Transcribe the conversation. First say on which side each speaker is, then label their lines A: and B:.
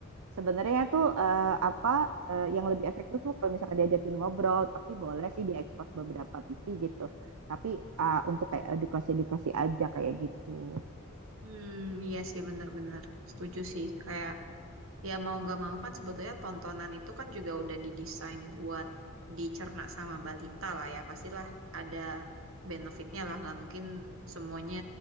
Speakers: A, on the right (about 80°); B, on the right (about 65°).
A: Sebenarnya tuh eh, apa eh, yang lebih efektif tuh kalau misalkan diajakin ngobrol. Tapi boleh sih diekspos beberapa TV gitu. Tapi ah, untuk kayak edukasi-edukasi aja kayak gitu.
B: Hmm, iya sih bener-bener. Setuju sih. Kayak ya mau nggak mau kan sebetulnya tontonan itu kan juga udah didesain buat dicerna sama balita lah ya. Pastilah ada benefitnya lah. Nggak mungkin semuanya